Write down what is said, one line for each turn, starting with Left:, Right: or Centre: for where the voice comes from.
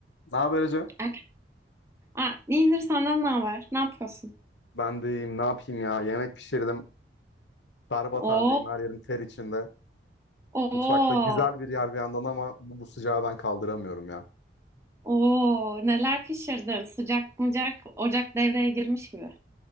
Left: Ne haber Ece?
Right: Erken. Aa, İyidir senden ne haber? Ne yapıyorsun?
Left: Ben de iyiyim. Ne yapayım ya? Yemek pişirdim. Berbat
Right: Oo,
Left: haldeyim. Her yerim ter içinde.
Right: oo,
Left: Mutfakta güzel bir yer bir yandan ama bu, bu sıcağı ben kaldıramıyorum ya.
Right: oo. Neler pişirdin? Sıcak mıcak, ocak devreye girmiş gibi.